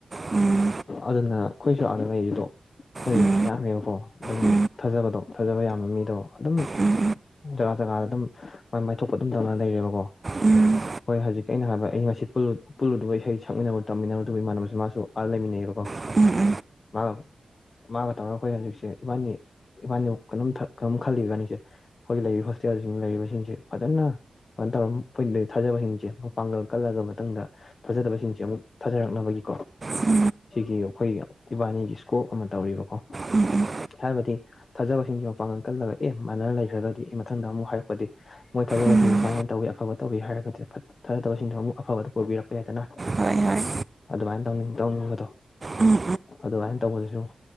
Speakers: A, on the right (about 35°); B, on the left (about 55°).
A: ꯎꯝ
B: ꯑꯗꯨꯅ ꯑꯈꯣꯏꯁꯨ ꯑꯥꯗ ꯂꯩꯔꯤꯗꯣ ꯈꯨꯏ
A: ꯎꯝ
B: ꯌꯥꯝꯃꯦꯕꯀꯣ ꯑꯗꯨꯝ
A: ꯎꯝ ꯎꯝ
B: ꯊꯥꯖꯕꯗꯣ ꯊꯖꯕ ꯌꯥꯝꯕ ꯃꯤꯗꯣ ꯑꯗꯨꯝ
A: ꯎꯝ ꯎꯝ ꯎꯝ ꯎꯝ ꯎꯝ
B: ꯖꯒꯥ ꯖꯒꯥꯗ ꯑꯗꯨꯝ ꯃꯥꯏꯊꯣꯛꯄ ꯑꯗꯨꯝ ꯇꯧꯅ ꯂꯩꯔꯦꯕꯒꯣ
A: ꯎꯝ
B: ꯍꯣꯏ ꯍꯖꯤꯛ ꯑꯩꯅ ꯍꯥꯏꯕ ꯑꯩ ꯉꯁꯤ ꯄꯨꯜꯂꯨꯠ ꯄꯨꯜꯂꯨꯗꯕ ꯏꯁꯩ ꯁꯛꯃꯤꯟꯅꯕ ꯇꯝꯃꯤꯟꯅꯔꯨꯗꯕ ꯏꯃꯥꯟꯅꯕꯁꯤ ꯃꯥꯁꯨ ꯑꯥꯗ ꯂꯩꯃꯤꯟꯅꯩꯕꯀꯣ
A: <unintelligible>
B: ꯃꯥ <unintelligible> ꯃꯥꯒ ꯇꯧꯔ ꯑꯈꯣꯏ ꯍꯧꯖꯤꯛꯁꯦ ꯏꯕꯥꯅꯤ ꯏꯕꯥꯅꯤꯎꯛ ꯀꯩꯅꯣꯝ ꯊꯛ ꯀꯩꯅꯣꯝ ꯈꯜꯂꯤ ꯏꯕꯥꯅꯤꯁꯦ ꯑꯈꯣꯏ ꯂꯩꯔꯤ ꯍꯣꯁꯇꯦꯜꯁꯤꯡ ꯂꯩꯔꯤꯕꯁꯤꯡꯁꯤ ꯐꯖꯅ ꯀꯟ ꯇꯧꯔ ꯑꯝ ꯐꯨꯏꯟꯂꯩ ꯊꯥꯖꯕꯍꯤꯡ ꯇꯦ ꯃꯄꯥꯡꯒꯜ ꯀꯜꯂꯒ ꯃꯇꯨꯡꯗ ꯊꯖꯗꯕꯁꯤꯡꯁꯦ ꯑꯃꯨꯛ ꯊꯥꯖꯔꯛꯅꯕꯒꯤꯀꯣ
A: ꯎꯝ
B: ꯁꯤꯒꯤ ꯑꯈꯣꯏꯒꯤ ꯏꯕꯥꯅꯤꯒꯤ ꯏꯁꯀꯣꯞ ꯑꯃ ꯇꯧꯔꯤꯕꯀꯣ
A: ꯎꯝ ꯎꯝ
B: ꯍꯥꯏꯕꯗꯤ ꯊꯥꯖꯕꯁꯤꯡꯁꯦ ꯃꯄꯥꯡꯒꯜ ꯀꯜꯂꯒ ꯑꯦ ꯃꯥꯟꯅꯔ ꯂꯩꯈ꯭ꯔꯒꯗꯤ ꯑꯦ ꯃꯊꯪꯗ ꯑꯃꯨꯛ ꯍꯥꯏꯔꯛꯄꯗꯤ ꯃꯣꯏ ꯊꯥꯖꯕꯁꯤꯡꯁꯤ
A: ꯎꯝ
B: ꯁꯨꯃꯥꯏ ꯁꯨꯃꯥꯏꯟ ꯇꯧꯏ ꯑꯐꯕ ꯇꯧꯏ ꯍꯥꯏꯔꯒꯗꯤ ꯑꯐꯠ ꯊꯥꯖꯗꯕꯁꯤꯡꯗꯣ ꯑꯃꯨꯛ ꯑꯐꯕꯗ ꯄꯨꯕꯤꯔꯛꯄ ꯌꯥꯏꯗꯅ
A: ꯍꯣꯏ ꯍꯣꯏ
B: ꯑꯗꯨꯃꯥꯏꯟ ꯇꯧꯅꯤꯡ ꯇꯧꯅꯤꯡꯕꯗꯣ
A: ꯎꯝ ꯎꯝ
B: ꯑꯗꯨꯃꯥꯏꯟ ꯇꯧꯕꯗꯁꯨ